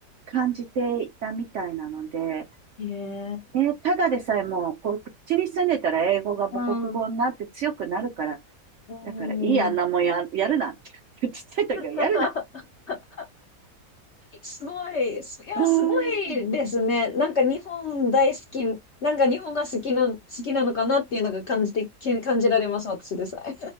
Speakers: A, on the right; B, on the left.
A: 感じていたみたいなので、
B: へえ。
A: ね、ただでさえもう、こっちに住んでたら英語が母国語になって強くなるから、
B: うん。う
A: だからいいあんなもんや、
B: ん。
A: やるなって。<laughs> ちっちゃい時はやるな。
B: <laughs> すごい、すいや、
A: うー
B: すごいですね。
A: ん。
B: なんか日本大好き、なんか日本が好きな、好きなのかなっていうのが感じて、け感じられます、私でさえ。